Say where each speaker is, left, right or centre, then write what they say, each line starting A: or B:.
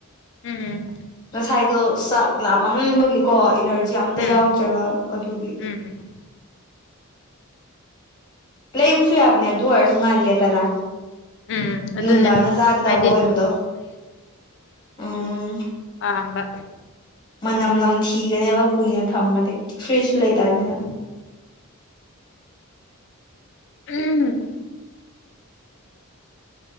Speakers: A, on the left; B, on the left.
A: ꯎꯝ
B: ꯉꯁꯥꯏꯗꯣ ꯆꯥꯛ ꯂꯥꯝꯍꯟꯕꯒꯤꯀꯣ ꯏꯅꯔꯖꯤ ꯌꯥꯝꯇ
A: ꯎꯝ
B: ꯌꯥꯎꯗ꯭ꯔꯦꯕ ꯑꯗꯨꯒꯤ
A: ꯎꯝ
B: ꯄ꯭ꯂꯦꯕꯨꯁꯨꯨ ꯌꯥꯕꯅꯦ ꯑꯗꯨ ꯑꯣꯢꯔꯁꯨ ꯉꯜꯂꯦꯗꯅ
A: ꯎꯝ ꯑꯗꯨꯅꯦ
B: ꯅꯨꯡꯗꯥꯡꯅ ꯆꯥꯒꯗꯕ
A: ꯍꯥꯏꯗꯤ
B: ꯑꯣꯏꯕꯗꯣ ꯎꯝ
A: ꯑꯝꯕ
B: ꯃꯅꯝ ꯅꯝ ꯊꯤꯒꯅꯦ ꯌꯥꯋꯥ ꯈꯨꯨꯏꯅ ꯊꯃꯗꯤ ꯐ꯭ꯔꯤꯖꯁꯨ ꯂꯩꯇꯅꯤꯅ
A: ꯎꯝ ꯎꯝ